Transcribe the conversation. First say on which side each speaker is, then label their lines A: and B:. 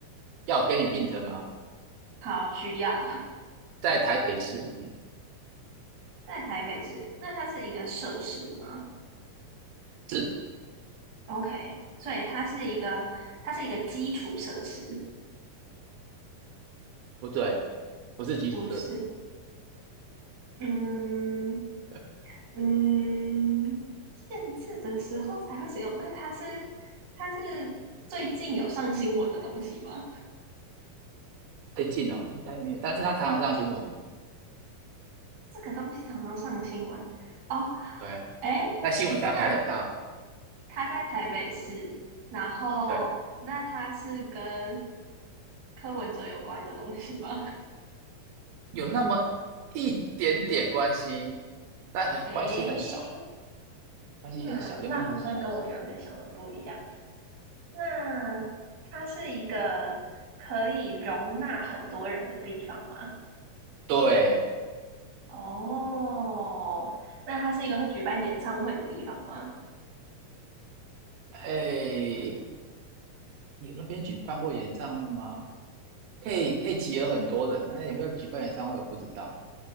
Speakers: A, on the right; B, on the right.
A: 要我给你 hint 吗？
B: 好需要。
A: 在台北市里面
B: 在台北市，那它是一个设施吗
A: 是
B: ？OK，所以它是一个，它是一个基础设施，
A: 不对，不是基础设施，
B: 不是？嗯
A: <laughs>
B: 嗯，限制的时候才会使用。那它是它是最近有上新闻的东西吗？
A: 最近哦，应该没有，但是它常常上新闻呢。
B: 这个东西常常上新闻哦。
A: 对啊，
B: 哎，
A: 在新闻上看得到，
B: 那它在台北市，然后那它是跟
A: 对，
B: 柯文哲有关的东西吗？
A: 有那么一点点关系，但很关系很少，
B: <laughs> 哎。
A: 关系很小，
B: 那那好像跟我原本想的不一样。
A: 有一点点关系。
B: 那它是一个可以容纳很多人的地方吗？
A: 对，
B: 哦，那它是一个会举办演唱会的地方吗？
A: 哎，有那边举办过演唱会吗？可以可以集合很多人啊，那有没有举办演唱会我不知道，